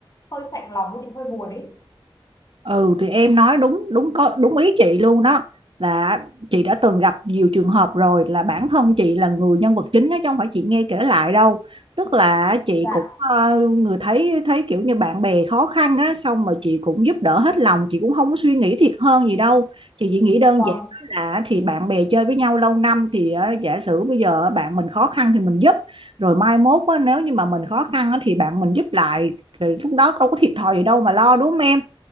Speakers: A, on the left (about 40°); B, on the right (about 70°).
A: hơi chạnh lòng với chị hơi buồn ấy
B: Ừ thì em nói đúng đúng có đúng ý chị luôn đó là chị đã từng gặp nhiều trường hợp rồi là bản thân chị là người nhân vật chính đó chứ không phải chị nghe kể lại đâu tức là chị
A: dạ
B: cũng ờ, người thấy thấy kiểu như bạn bè khó khăn á xong mà chị cũng giúp đỡ hết lòng chị cũng không có suy nghĩ thiệt hơn gì đâu chị chỉ nghĩ đơn
A: vâng
B: giản là thì bạn bè chơi với nhau lâu năm thì ờ, giả sử bây giờ bạn mình khó khăn thì mình giúp rồi mai mốt á, nếu như mà mình khó khăn á, thì bạn mình giúp lại Thì lúc đó đâu có thiệt thòi gì đâu mà lo đúng không em